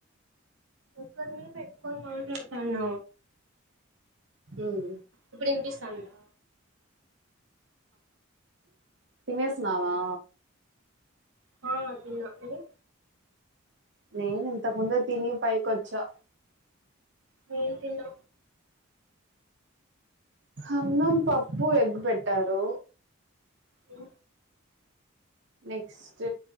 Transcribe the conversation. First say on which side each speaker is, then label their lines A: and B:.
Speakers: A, on the right; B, on the right.
A: ఎక్కడ మీ పెట్టుకని మాట్లాతాన్న
B: ఉమ్,
A: ఇప్పుడు వినిపిస్తందా
B: తినేసినావా
A: హా తిన్న నువ్వు
B: నేను ఇంతకుందు తిని పైకి వచ్చా
A: వీల్ తన్నా
B: అన్నం పప్పు ఎగ్గుపెట్టారు
A: అఓ
B: నెక్స్ట్